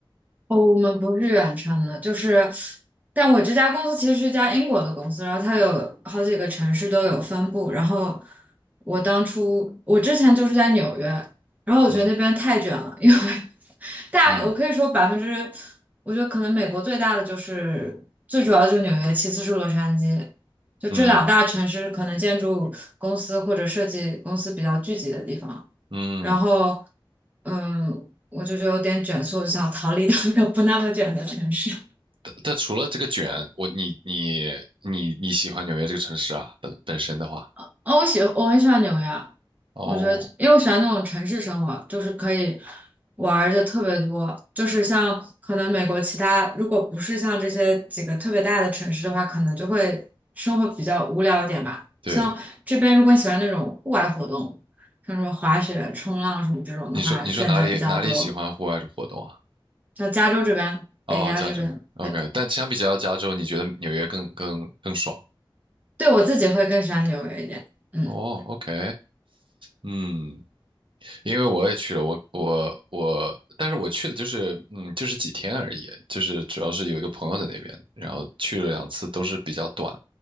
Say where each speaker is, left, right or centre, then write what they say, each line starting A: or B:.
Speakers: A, on the right; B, on the right.
A: 哦，我们不是远程的，就是，但我这家公司其实是一家英国的公司，然后它有好几个城市都有分部。然后我当初，我之前就是在纽约，然后我觉得那边太卷了，
B: 嗯
A: 因为 <laughs> 大，
B: 嗯
A: 我可以说百分之，我觉得可能美国最大的就是最主要的就是纽约，其次是洛杉矶，就这两大城市可能建筑公司或者设计公司比较聚集的地方。
B: 嗯嗯。
A: 然后，嗯，我就就有点卷，所以我就想逃离到一个不那么卷的城市。
B: 但但除了这个卷，我你你你你喜欢纽约这个城市啊，本本身的话，
A: 哦，我喜我很喜欢纽约啊，
B: 哦，
A: 我觉得因为我喜欢那种城市生活，就是可以玩儿的特别多。就是像可能美国其他，如果不是像这些几个特别大的城市的话，可能就会生活比较无聊一点吧。
B: 对。
A: 像这边，如果你喜欢那种户外活动，像什么滑雪、冲浪什么这种的话，
B: 你说你说哪里哪里喜欢户外活动啊？
A: 选择比较多。像加州这边，
B: 哦，
A: 北加这边。
B: 加州，OK。
A: 对。
B: 但相比较加州，你觉得纽约更更更爽？
A: 对我自己会更喜欢纽约一点。嗯
B: 哦，OK，嗯，因为我也去了，我我我，但是我去的就是嗯，就是几天而已，就是主要是有一个朋友在那边，然后去了两次，都是比较短，